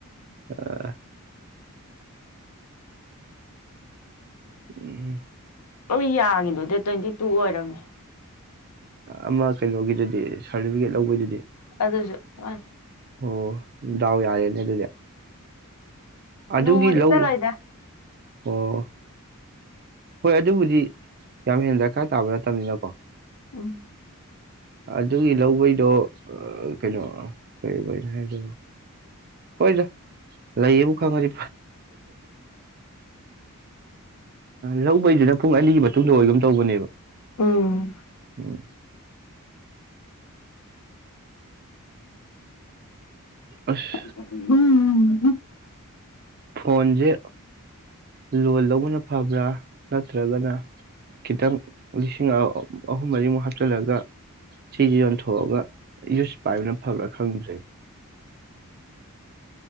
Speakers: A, on the right; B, on the left.
A: ꯑ ꯎꯝꯝ
B: ꯑꯩꯈꯣꯏ ꯌꯥꯒꯤꯗꯣ ꯗꯦ ꯇ꯭ꯋꯦꯟꯇꯤ ꯇꯨ ꯑꯣꯏꯔꯝꯃꯦ
A: ꯑꯃ ꯀꯩꯅꯣꯒꯤꯗꯨꯗꯤ ꯁꯥꯔꯇꯤꯐꯤꯀꯦꯠ ꯂꯧꯕꯩꯗꯨꯗꯤ
B: ꯑꯗꯨꯁꯨ ꯁꯃ
A: ꯑꯣ ꯗꯥꯎ ꯌꯥꯔꯦꯅꯦ ꯑꯗꯨꯗꯤ ꯑꯗꯨꯒꯤ
B: ꯅꯣꯡꯃꯗ
A: ꯂꯧ
B: ꯆꯂꯣ ꯏꯗ
A: ꯑꯣ ꯍꯣꯏ ꯑꯗꯨꯕꯨꯗꯤ ꯌꯥꯝ ꯍꯦꯟꯅ ꯗꯔꯀꯥꯔ ꯇꯥꯕ ꯅꯠꯇꯕꯅꯤꯅꯀꯣ
B: ꯎꯝ
A: ꯑꯗꯨꯒꯤ ꯂꯧꯕꯩꯗꯣ ꯀꯩꯅꯣ ꯀꯩꯅꯣ ꯍꯥꯏ ꯍꯣꯏꯗ ꯂꯩꯌꯦꯕꯨ ꯈꯪꯉꯗꯤ ꯂꯧꯕꯩꯁꯤꯅ ꯄꯨꯡ ꯑꯅꯤꯒꯤ ꯃꯇꯨꯡꯗ ꯑꯣꯏꯒꯨꯝ ꯇꯧꯕꯅꯦꯕ
B: ꯎꯝ
A: ꯎꯝ
B: ꯎꯝ
A: ꯑꯁ ꯐꯣꯟꯁꯦ ꯂꯣꯟ ꯂꯧꯕꯅ ꯐꯕ꯭ꯔꯥ ꯅꯠꯇ꯭ꯔꯒꯅ ꯈꯤꯇꯪ ꯂꯤꯁꯤꯡ ꯑꯍꯨꯝ ꯃꯔꯤꯃꯨꯛ ꯍꯥꯞꯆꯤꯜꯂꯒ ꯁꯤꯁ ꯌꯣꯟꯊꯣꯛꯑꯒ ꯌꯨꯁ ꯄꯥꯏꯕꯅ ꯐꯕ꯭ꯔꯥ ꯈꯪꯗ꯭ꯔꯦ